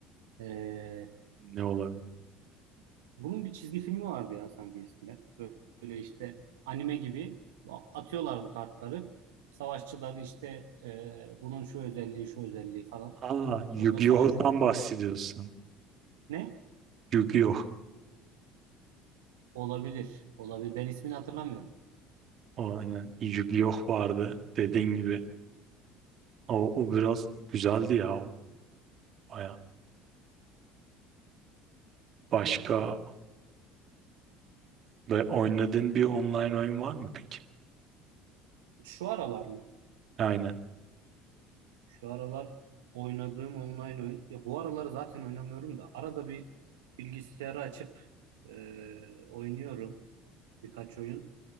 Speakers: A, on the right; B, on the right.
A: Ee,
B: Ne olabilir?
A: bunun bir çizgi filmi vardı ya sanki eskiden. Böyle işte anime gibi atıyorlardı kartları. Savaşçıları işte e, bunun şu özelliği, şu özelliği falan.
B: Aa, Yu-Gi-Oh'tan
A: Orada savaşıyorlar
B: bahsediyorsun.
A: böyle. Ne?
B: Yu-Gi-Oh.
A: Olabilir. Olabilir. Ben ismini hatırlamıyorum.
B: O aynen Yu-Gi-Oh vardı dediğin gibi. O, o biraz güzeldi ya o baya. Başka
A: Aynen.
B: ve oynadığın bir online oyun var mı peki?
A: Şu aralar mı?
B: Aynen.
A: Şu aralar oynadığım online oyun. Ya bu aralar zaten oynamıyorum da. Arada bir bilgisayarı açıp e, oynuyorum birkaç oyun.